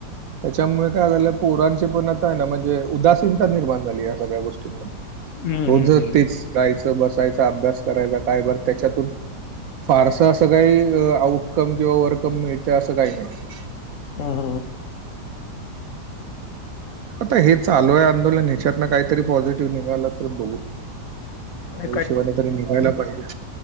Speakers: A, on the right; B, on the left.
A: त्यांच्यामुळे काय झालं पोरांची पण आता आहे ना म्हणजे उदासीनता निर्माण झाली. या सगळ्या गोष्टी-
B: हम्म
A: रोज
B: हम्म हम्म.
A: तिचं जायचं बसायच अभ्यास करायचा काय बर त्यांच्यातून, फारस असं काही आउटकम किंवा वरकम मिळतं असं काही नाही.
B: ह ह
A: आता हे चालू आहे आंदोलन ह्याच्यातन काहीतरी पॉझिटिव्ह निघालं तर बघू, मला
B: नाही
A: हिशोबाने तरी निघायला पाहिजे.